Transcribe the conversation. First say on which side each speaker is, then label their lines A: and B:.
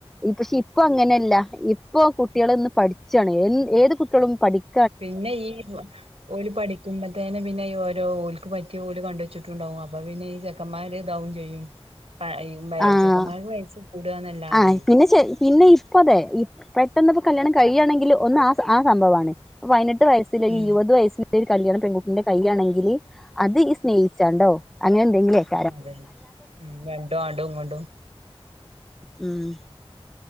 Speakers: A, in the centre; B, on the right.
A: ഈ പക്ഷെ ഇപ്പൊ അങ്ങനെയല്ല, ഇപ്പോ കുട്ടികള് ഒന്ന് പഠിച്ചാണ് ഏത് കുട്ടികളും പഠിക്ക
B: പിന്നെ ഈ ഒരു പഠി കത്തുമ്പത്തേെ പിന്നെ ഈ ഓരോ ഓലക്ക് പറ്റിയ ഓല് കണ്ടുവെച്ചിട്ടുണ്ടാവും അപ്പൊ പിന്നെ ഈ ചെക്കന്മാർ ഇതാവും ചെയ്യും. പ ഈ <unintelligible>
A: ആഹ്
B: ചെക്കന്മാർക്ക് വയസ് കൂടുക എന്നല്ലാതെ
A: ആഹ് പിന്നെ ശ പിന്നെ ഇപ്പ അതെ പെട്ടെന്ന്പ്പോ കല്യാണം കഴിയയാണെങ്കിൽ ഒന്ന് ആഹ ആഹ സംഭവമാണ് പതിനെട്ട് വയസിൽ
B: ഉം
A: ഇരുപത് വയസിൽ ഒരു കല്യാണം പെൺകുട്ടിന്റെ കൈയാണെങ്കില് അത് ഈ സ്നേഹിച്ചാണ്ടോ അങ്ങനെ എന്തെങ്കിലയിരിക്കും
B: അതന്നെ ഉം രണ്ടും ആങ്ങ്ണ്ടും, ഇങ്ങണ്ടും
A: ഉം